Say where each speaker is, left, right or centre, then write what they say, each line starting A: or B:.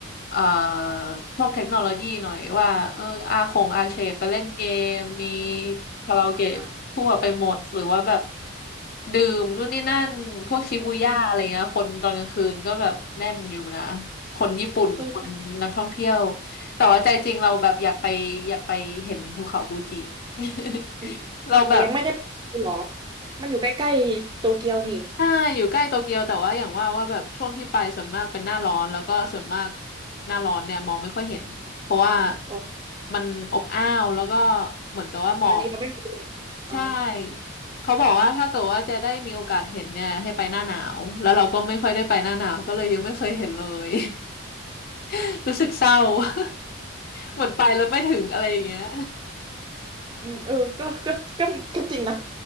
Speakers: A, on the left (about 45°); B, on the right (about 20°).
A: เอ่อพวกเทคโนโลยีหน่อยว่าเอออาคงอาเคดไปเล่นเกมมีคาราโอเกะทั่วไปหมดหรือว่าแบบ
B: อ่ะ
A: ดื่มนู่นนี่นั่นพวกชิบูย่าอะไรเงี้ยคนตอนกลางคืนก็แบบแน่นอยู่นะ
B: อืม
A: คนญี่ปุ่นคนนักท่องเที่ยว
B: อืม
A: แต่ว่าใจจริงเราแบบอยากไปอยากไปเห็นภูเขาฟูจิ <laughs>
B: เออ
A: เราแบบ
B: แต่ยังไม่ได้ไปดูหรอ มันอยู่ใกล้ๆโตเกียวนี่
A: ใช่อยู่ใกล้โตเกียวแต่ว่าอย่างว่าว่าแบบช่วงที่ไปส่วนมากเป็นหน้าร้อนแล้วก็ส่วนมากหน้าร้อนเนี่ยมองไม่ค่อยเห็นเพราะว่า
B: อ๋อ
A: มันอบอ้าวแล้วก็เหมือนกับว่าหมอก
B: อันนี้เราไม่รู้เลยอ๋อ
A: ใช่เขาบอกว่าถ้าเกิดว่าจะได้มีโอกาสเห็นเนี่ยให้ไปหน้าหนาวแล้วเราก็ไม่ค่อยได้ไปหน้าหนาวก็เลยยังไม่เคยเห็นเลย <laughs> รู้สึกเศร้า <laughs> เหมือนไปแล้วไม่ถึงอะไรอย่างเงี้ย
B: อืมเออก็ก็ก็ก็จริงนะ